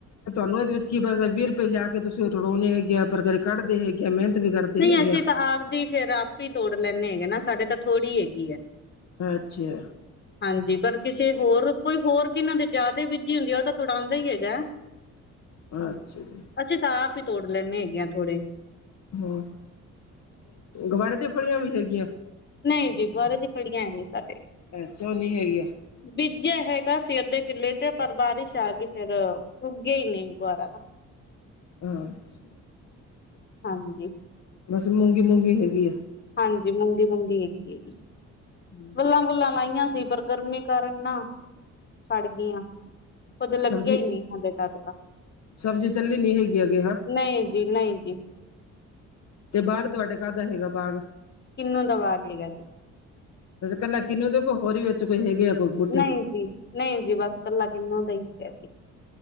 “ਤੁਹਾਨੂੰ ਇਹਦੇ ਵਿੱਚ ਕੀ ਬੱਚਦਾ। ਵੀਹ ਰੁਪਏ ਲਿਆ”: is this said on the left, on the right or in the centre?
Left